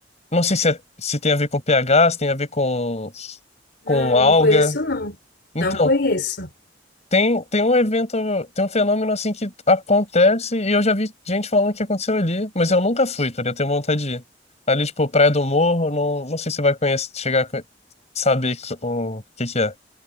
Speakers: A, on the left; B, on the left.
A: não sei se, é- se tem a ver com pH, se tem a ver com
B: Não,
A: com alga.
B: não conheço, não.
A: Então,
B: Não conheço.
A: tem, tem um evento, tem um fenômeno assim que acontece e eu já vi gente falando que aconteceu ali, mas eu nunca fui, tá ligado? Eu tenho vontade de ir. Ali, tipo, Praia do Morro, não, não sei se você vai conhecer, chegar a conhe- saber co- o que que é.